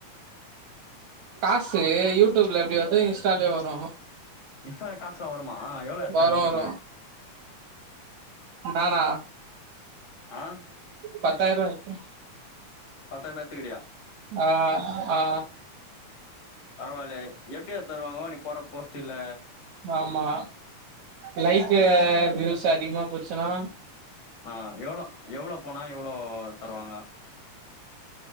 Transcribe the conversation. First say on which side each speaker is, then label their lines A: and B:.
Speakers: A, on the right; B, on the left.
A: காசு யூடியூப்ல எப்டி வர்தோ இன்ஸ்டாலயு வரு
B: இன்ஸ்டால காசுலா வருமா எவ்ளோ எட்த்த
A: வரு
B: இன்கம்மு
A: வரு நானா
B: ஆ
A: பத்தாயர்ருவா எட்த்தே
B: பத்தாயர்ருபா எட்த்தி
A: ஆ ஆ
B: பரவால்லயே எப்டி அது தருவாங்கோ நீ போட்ற போஸ்ட்டுல
A: ஆமா லைக்கு வியூஸ் அதிகமா போச்சுனா
B: ஆ எவ்ளோ எவ்ளோ பணோ எவ்ளோ தருவாங்க